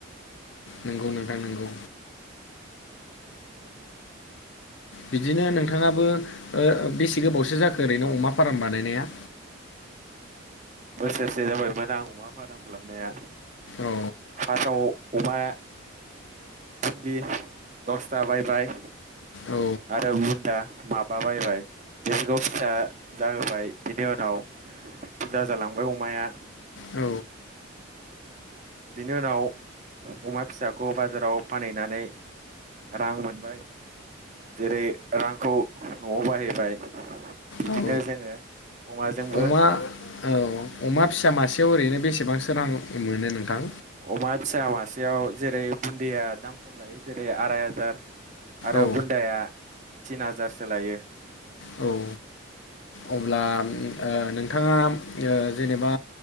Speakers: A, on the left; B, on the right.
A: नंगौ नोंथा नंगौ। बिदिनो नोंथाङाबो बेसे गोबावसो जाखो ओरैनो अमा फार्म बानायनाया
B: बोसोरसे जाबायमोन आं अमा फादाम खालामनाया
A: औ
B: फार्स्टआव अमा बुन्दि दसथा बायबाय
A: औ
B: आरो बुन्दा माबा बायबाय बिसोरखौ फिसा जाहोबाय बिनि उनाव जाजालांबाय अमाया
A: औ
B: बिनि उनाव अमा फिसाखौ बाजाराव फानहैनानै रां मोनबाय जेरै रांखौ न'आव बाहायबाय बिदिनो
A: औ
B: जोङो अमाजोंबो
A: अमा औ अमा फिसा मासेयाव ओरैनो बेसेबांसो रां मोनो नोंथां
B: अमा फिसा मासेयाव जेरै बुन्दिया दाम खम लायो जेरै आराय हाजार आरो
A: औ
B: बुन्दाया थिन हाजारसो लायो
A: औ अब्ला नोंथाङा जेनेबा